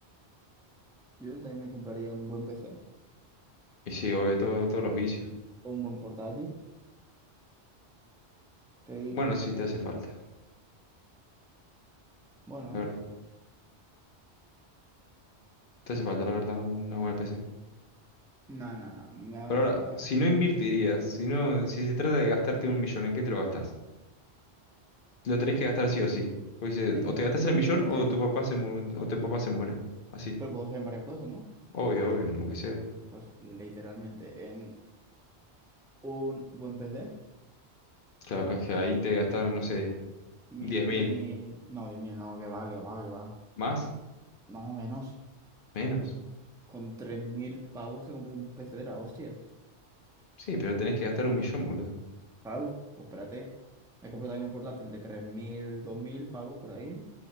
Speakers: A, in the centre; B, on the left.
A: yo también me compraría un buen PC
B: Y sí, obvio, todo- todos los vicios.
A: o un buen portátil. Que,
B: Bueno, sí, te hace falta,
A: bueno,
B: la verdad. Te hace falta, la verdad, una buena PC.
A: no, no, no, me ha
B: Pero
A: mejorado
B: ahora, si no invertirías, si no, si se trata de gastarte un millón, ¿en qué te lo gastas? Lo tenés que gastar sí o sí. Porque si-
A: En
B: o te
A: t-
B: gastas
A: todo
B: el
A: el
B: millón
A: millón entero.
B: o tu papá se mu- o tu papá se mueren. Así.
A: Pero puedo usar en varias cosas, ¿no?
B: Obvio, obvio, en lo que sea.
A: Pues literalmente en un buen PC.
B: Claro, es que ahí te gastaron, no sé,
A: Mi,
B: diez mil.
A: mi... No, 10.000 no, que va, que va, que va.
B: ¿Más?
A: No, menos.
B: ¿Menos?
A: Con 3.000 pavos te compras un PC de la hostia.
B: Sí, pero tenés que gastar un millón, boludo.
A: Claro, pues espérate. Me compro también un portátil de tres mil dos mil pavos por ahí.